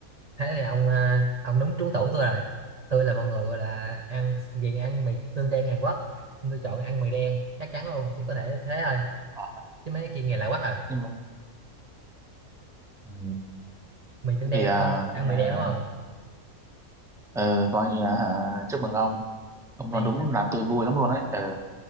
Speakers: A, on the right; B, in the centre.
A: thế thì ông ờ, ông đúng trúng tủ tôi rồi tôi là mọi người gọi là ăn ghiền ăn mì tương đen Hàn Quốc Nhưng tôi chọn ăn mì đen chắc chắn luôn chỉ có thể thế thôi
B: Ờ,
A: chứ mấy kia nghe lạ quá à
B: nhưng mà ừ,
A: mì tương
B: thế
A: đen
B: thì à,
A: ờ, ăn mì
B: à,
A: đen đúng không
B: ờ, coi như là hả, chúc mừng ông ông nói
A: này
B: đúng
A: ta-
B: làm tôi vui lắm luôn đấy ờ